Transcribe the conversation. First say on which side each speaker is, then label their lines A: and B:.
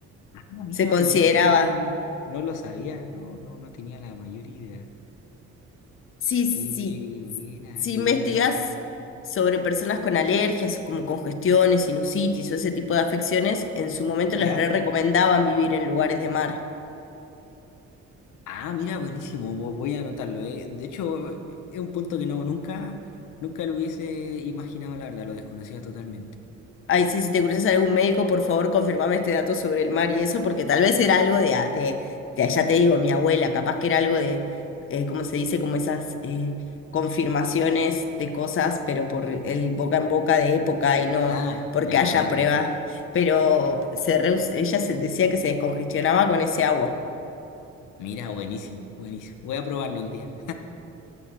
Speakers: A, on the left (about 85°); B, on the left (about 45°).
A: Ah, mira,
B: se consideraba.
A: buenísimo, no, no lo sabía, no, no, no tenía la mayor idea.
B: Sí,
A: Qué,
B: sí,
A: qué buena,
B: si
A: qué
B: investigas
A: buena, no, no.
B: sobre personas con alergias, como congestiones, sinusitis o ese tipo de afecciones, en su momento
A: ¿Ya?
B: les re recomendaban vivir en lugares de mar.
A: Ah, mira, buenísimo, vo- voy a anotarlo, eh. De hecho, eh, eh, es un punto que no, nunca, nunca lo hubiese imaginado, la verdad, lo desconocía totalmente.
B: Ay, sí, si te cruzas a algún médico, por favor, confirmame este dato sobre el mar y eso, porque tal vez era algo de, a- de, de- ya te digo, mi abuela, capaz que era algo de, eh, ¿cómo se dice? Como esas eh, confirmaciones de cosas, pero por el boca en boca de época y no
A: Ah,
B: porque
A: ya,
B: haya
A: ok.
B: pruebas. Pero se reus- ella se decía que se descongestionaba con ese agua.
A: Mira, buenísimo, buenísimo. Voy a probarlo un día.